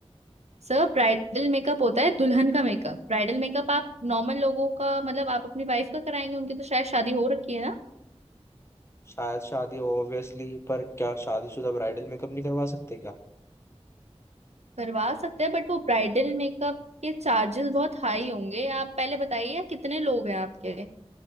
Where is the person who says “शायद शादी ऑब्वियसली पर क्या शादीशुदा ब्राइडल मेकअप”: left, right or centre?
Left